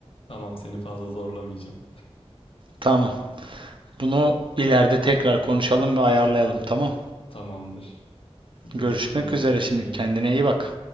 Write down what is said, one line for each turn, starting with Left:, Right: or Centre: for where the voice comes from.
Left: Tamam seni fazla zorlamayacağım.
Right: Tamam. Bunu ileride tekrar konuşalım ve ayarlayalım. Tamam.
Left: Tamamdır. Görüşürüz
Right: Görüşmek
Left: o zaman
Right: üzere
Left: kendine
Right: şimdi.
Left: iyi
Right: Kendine
Left: bak.
Right: iyi bak.